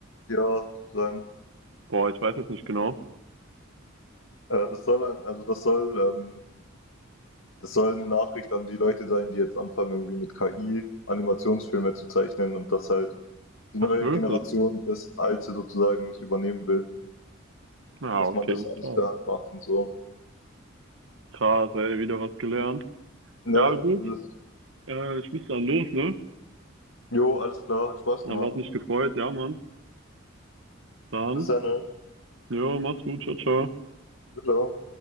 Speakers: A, on the left (about 75°); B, on the right (about 65°).
A: Ja, sozusagen.
B: Boah, ich weiß jetzt nicht genau.
A: Äh, das soll, ein- also das soll, ähm, Das soll eine Nachricht an die Leute sein, die jetzt anfangen, irgendwie mit KI Animationsfilme zu zeichnen und dass halt die
B: Ach,
A: neue
B: wirklich?
A: Generation das alte sozusagen nicht übernehmen will,
B: Ah,
A: dass
B: okay,
A: man das alles
B: krass.
A: per Hand macht und so.
B: Krass, ey, wieder was gelernt.
A: Ne?
B: Ja, gut.
A: Dieses,
B: Äh, ich muss dann los, ne?
A: jo, alles klar, hat Spaß
B: Aber
A: gemacht.
B: hat mich gefreut, ja, Mann. Dann,
A: Bis dann, ne?
B: jo, mach's gut, ciao, ciao.
A: Ciao.